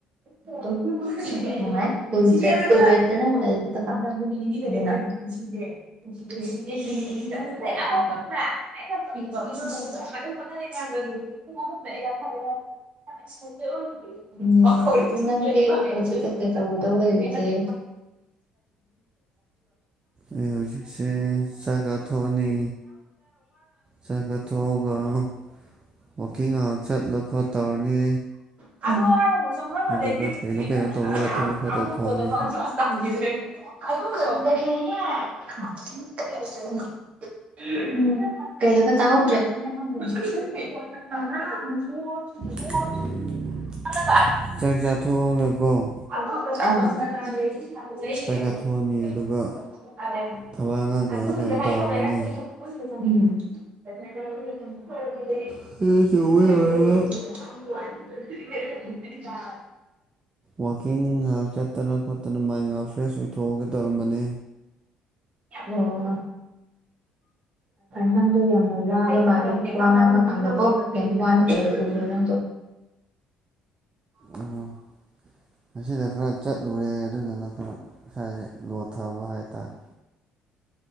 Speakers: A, on the right (about 50°); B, on the right (about 30°).
A: ꯅꯨꯉꯥꯏ <unintelligible> <unintelligible> <unintelligible> <unintelligible> ꯎꯝ ꯅꯪ ꯍꯨꯖꯤꯛ ꯀꯩ ꯀꯩ ꯇꯧꯗꯣꯏ ꯂꯩꯔꯤꯒꯦ
B: ꯑꯩ ꯍꯧꯖꯤꯛꯁꯦ ꯆꯥꯛ ꯆꯥꯊꯣꯛꯑꯅꯤ ꯆꯥꯛ ꯆꯥꯊꯣꯛꯑꯒ ꯋꯥꯛꯀꯤꯡ ꯉꯥꯏꯍꯥꯛ ꯆꯠꯂ ꯈꯣꯠ ꯇꯧꯔꯅꯤ
A: <unintelligible> <unintelligible> <unintelligible> <unintelligible>
B: ꯑꯗꯨꯗꯨꯒ ꯀꯩꯅꯣ ꯀꯩꯅꯣ ꯇꯧꯕ ꯌꯥꯕ ꯊꯕꯛ ꯈꯔ ꯇꯧꯊꯣꯛꯑꯅꯤ
A: <unintelligible> ꯀꯩꯕ ꯇꯥꯍꯧꯗ꯭ꯔꯦ <unintelligible>
B: <unintelligible> ꯆꯥꯛ ꯆꯥꯛ ꯊꯒꯦꯀꯣ
A: ꯑꯥ
B: ꯆꯥꯛ ꯆꯥꯊꯣꯛꯑꯅꯤ ꯑꯗꯨꯒ
A: <unintelligible>
B: ꯊꯕꯛ ꯑꯉꯥꯡ ꯀꯩꯅꯣ ꯀꯩꯅꯣ ꯇꯧꯔꯝꯃꯅꯤ
A: <unintelligible>
B: ꯈꯔ ꯇꯧꯕ
A: <unintelligible>
B: ꯂꯣꯏꯔꯒ ꯋꯥꯛꯀꯤꯡ ꯉꯥꯏꯍꯥꯛ ꯆꯠꯇꯅ ꯈꯣꯠꯇꯅ ꯃꯥꯏꯟ ꯉꯥꯏꯍꯥꯛ ꯐ꯭ꯔꯦꯁ ꯑꯣꯏꯊꯣꯛꯑꯒ ꯇꯧꯔꯝꯕꯅꯦ꯫
A: ꯎꯝ ꯅꯪꯗꯣ ꯌꯥꯝꯅ ꯋꯥꯔ ꯃꯥꯜꯂꯦ ꯋꯥ ꯉꯥꯡꯕꯀꯥꯟꯗꯀꯣ ꯌꯥꯝ ꯋꯥꯅ ꯀꯔꯛ ꯎꯔꯦ ꯅꯪꯗꯣ
B: ꯎꯝ ꯉꯁꯤꯅ ꯈꯔ ꯆꯠꯂꯨꯔꯦ ꯑꯗꯨꯗꯨꯅ ꯈꯔ ꯏꯁꯥꯖꯦ ꯂꯣꯊꯕ ꯍꯥꯏꯇꯥꯔꯦ